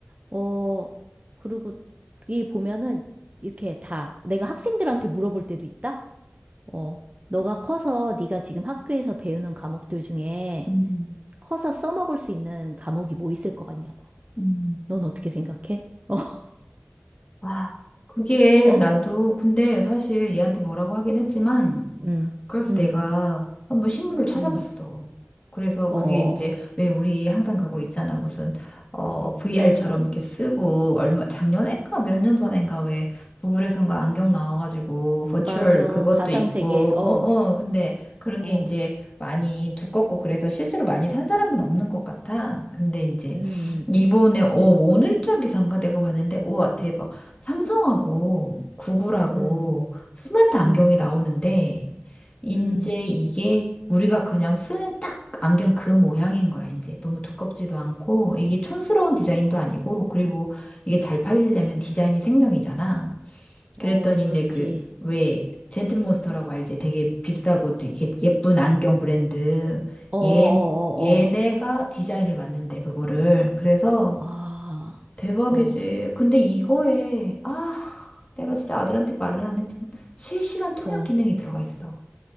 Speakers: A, on the right; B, on the left.
A: 어, 그리고 이 보면은 이렇게 다 내가 학생들한테 물어볼 때도 있다? 어, 너가 커서 네가 지금 학교에서 배우는 과목들 중에
B: 음, 음.
A: 커서 써먹을 수 있는 과목이 뭐 있을 것 같냐고.
B: 음.
A: 넌 어떻게 생각해? <laughs>
B: 아, 그게
A: 어? 어?
B: 나도 근데 사실 얘한테 뭐라고 하긴 했지만
A: 응,
B: 그래서
A: 응,
B: 내가 한번 신문을 찾아봤어.
A: 응.
B: 그래서
A: 어,
B: 그게
A: 어.
B: 이제 왜 우리 항상 그거 있잖아. 무슨 어 VR처럼 이렇게 쓰고 얼마 작년인가 몇 년 전인가 왜 구글에선가 안경 나와가지고 버추얼
A: 맞아.
B: 그것도
A: 가상세계.
B: 있고
A: 어,
B: 어어 근데 그런
A: 어.
B: 게 이제 많이 두껍고 그래서 실제로 많이 산 사람은 없는 것 같아. 근데 이제
A: 음,
B: 이번에 어 오늘자 기사인가 내가 봤는데 우와 대박 삼성하고 구글하고
A: 음,
B: 스마트 안경이
A: 음,
B: 나오는데 이제
A: 음.
B: 이게 우리가 그냥 쓰는 딱 안경 그 모양인 거야, 이제. 너무 두껍지도 않고, 이게 촌스러운 디자인도 아니고, 그리고 이게 잘 팔리려면 디자인이 생명이잖아. 그랬더니
A: 어, 그렇지.
B: 이제 그, 왜, 젠틀몬스터라고 알지? 되게 비싸고 또 이게 예쁜 안경 브랜드.
A: 어, 어, 어,
B: 얘, 얘네가
A: 어.
B: 디자인을 맡는데, 그거를. 그래서
A: 아,
B: 대박이지.
A: 어,
B: 근데 이거에, 아, 내가 진짜 아들한테 말을 안 했지만, 실시간 통역
A: 어.
B: 기능이 들어가 있어.